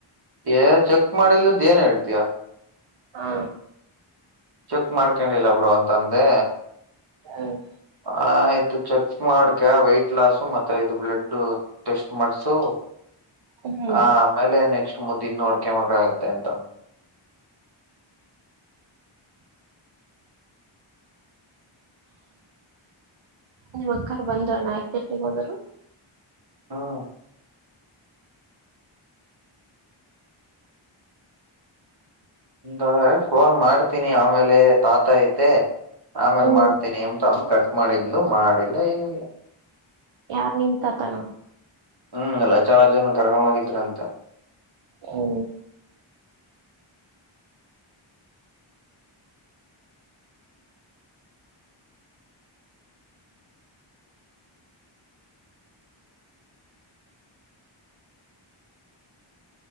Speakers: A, on the right (about 50°); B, on the right (about 65°).
A: ಏ ಚೆಕ್ ಮಾಡಿಲ್ಲದ್ ಏನ್ ಹೇಳ್ತಯಾ
B: ಹಾ
A: ಚೆಕ್ ಮಾಡ್ಕೊಂಡಿಲ್ಲ ಬರುೋ ಅಂತಂದೆ
B: ಹ್ಮ್
A: ಆ ಆಯ್ತು ಚೆಕ್ ಮಾಡ್ಕ ವೈಟ್ ಲಸ್ು ಮತ್ತೆ ಇದು ಬ್ಲಡ್ ಟೆಸ್ಟ್ ಮಾಡ್ಸು
B: ಹ್ಮ್
A: ಆ ಆಮೇಲೆ ನೆಕ್ಸ್ಟ್ ಮುಂದಿಂದ ನೋಡ್ಕೊಕ್ ಆಾಗತ್ತೆ ಅಂತ
B: ನಿಮ್ಮ್ ಅಕ್ಕಾರ್ ಬಂದ್ರ ನಾಯಕ್ನೆಟ್ನಿಗೆ ಹೋದರು
A: ಹಾ <inaudible> ಾದ್ರೆ ಫೋನ್ ಮಾಡ್ತೀನಿ ಆಮೇಲೆ ತಾತ ಐತೆ ಆಮೇಲೆ
B: ಹ್ಮ್
A: ಮಾಡ್ತೀನಿ ಅಂತ ಅ ಗಟ್ ಮಾಡಿದ್ಲು ಮಾಡಿಲ್ಲ ಏನಿಲ್ಲ.
B: ಯಾರ್ ನಿಮತತನ
A: ಹ್ಮ್ ಲಚಾರ ಜನ ಕರ್ಕೊಂಡ ಹೋಗಿದ್ರಂತ
B: ಹ್ಮ್